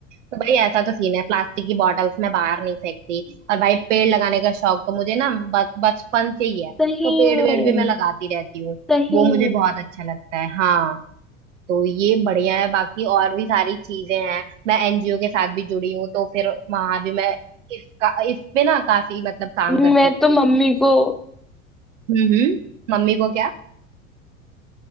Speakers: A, on the right (about 60°); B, in the centre.
A: तो भाई ऐसा तो सीन है प्लास्टिक की बॉटल्स मैं बाहर नहीं फेंकती और भाई पेड़ लगाने का शौक तो मुझे ना ब- बचपन से ही है
B: सही
A: तो पेड़
B: में
A: वेड़ भी मैं लगाती रहती हूँ
B: सही
A: वो मुझे
B: में
A: बहुत अच्छा लगता है हाँ तो ये बढ़िया है बाकी और भी सारी चीजें हैं मैं एनजीओ के साथ भी जुड़ी हूँ तो फिर वहां भी मैं इसका इस पे ना काफी मतलब काम
B: <laughs>
A: करती
B: मैं
A: हूँ
B: तो मम्मी को
A: हम्म हम्म मम्मी को क्या